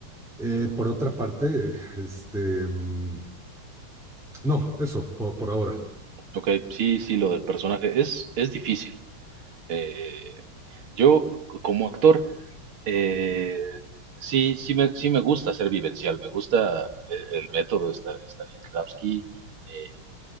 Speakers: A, in the centre; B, on the right (about 75°).
A: Eh, por otra parte, este, mm, no, eso, por por ahora,
B: Ok, sí, sí, lo del personaje es, es difícil. Eh, yo c- como actor, eh, sí, sí me, sí me gusta ser vivencial, me gusta el, el método de Sta- Stanislavski, eh,